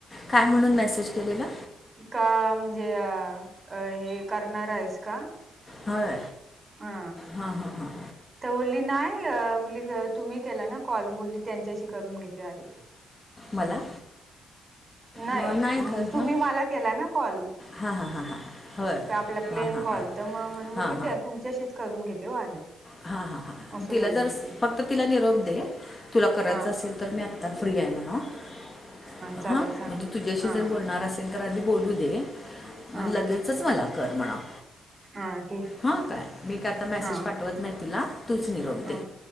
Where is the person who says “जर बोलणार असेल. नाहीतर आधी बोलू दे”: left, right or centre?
Left